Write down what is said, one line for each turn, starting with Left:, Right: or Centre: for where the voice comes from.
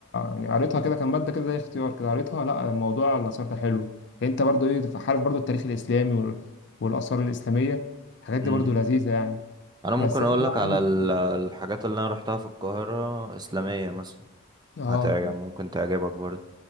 Left: يعني قريتها كده كان ماده كده زي اختيار كده قريتها لا موضوع الاثار ده حلو يعني انت برضو ايه عارف برضو التاريخ الاسلامي وال- والاثار الاسلاميه الحاجات دي
Right: مم.
Left: برضو لذيذه يعني
Right: انا ممكن
Left: بس احنا
Right: اقول
Left: بقى
Right: لك على
Left: يعني
Right: ال- الحاجات اللي انا روحتها في القاهرة اسلامية مثلا
Left: اه
Right: هتعجب ممكن تعجبك برضه